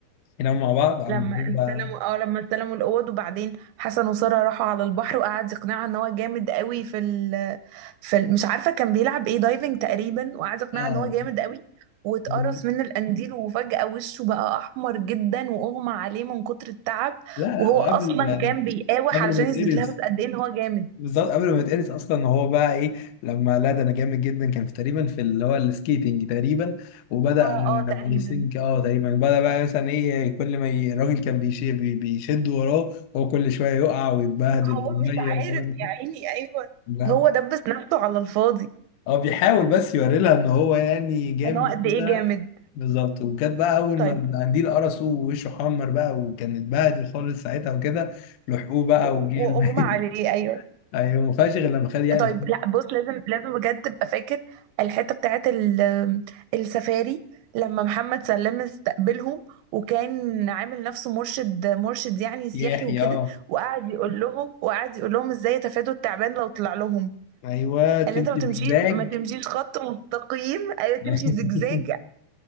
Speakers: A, on the left; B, on the right.
A: يناموا مع بعض عاملين
B: لما
A: بقى
B: استلموا اه لما استلموا الاوض وبعدين حسن وساره راحوا على البحر وقعد يقنعها ان هو جامد قوي في ال... في ال... مش عارفه كان بيلعب ايه دايفنج تقريبا وقعد يقنعها
A: اه
B: ان هو جامد قوي واتقرص
A: لا
B: من القنديل وفجأة وشه بقى أحمر جدا وأغمى عليه من كتر التعب
A: لا
B: وهو
A: وقبل
B: أصلا كان بيقاوح
A: قبل
B: علشان
A: ما
B: يثبت
A: يتقرص
B: لها بس قد إيه إن هو جامد
A: بالظبط قبل ما يتقرص اصلا هو بقى ايه لما لا ده انا جامد جدا كان في تقريبا في اللي هو السكيتنج تقريبا وبدا
B: اه اه تقريبا
A: اي ثينك اه تقريبا بدا بقى مثلا ايه كل ما ي- الراجل كان بيشي بي- بيشد وراه هو كل شويه يقع ويتبهدل بالميه
B: هو مش عارف
A: والكلام
B: يا
A: ده
B: عيني أيوه
A: لا
B: هو دبس نفسه على الفاضي
A: هو بيحاول بس يوري لها ان هو يعني جامد
B: إن هو قد
A: كده
B: إيه جامد
A: بالظبط وكانت بقى اول
B: طيب
A: ما القنديل قرصه ووشه حمر بقى وكان اتبهدل خالص ساعتها وكده لحقوه بقى
B: و-
A: وجيل
B: وأغمى
A: <laughs>
B: عليه أيوه
A: ايوه ما فيهاش غير لما خد يعني
B: طيب لا بص لازم لازم بجد تبقى فاكر الحته بتاعت ال- السفاري لما محمد سلام استقبلهم وكان عامل نفسه مرشد مرشد يعني سياحي
A: يحيى
B: وكده
A: اه
B: وقعد يقول لهم وقعد يقول لهم ازاي يتفادوا التعبان لو طلع لهم
A: ايوه تمشي
B: قال انت ما تمشيش
A: زجزاج
B: ما تمشيش خط مستقيم ايوه تمشي
A: <laughs>
B: زجزاج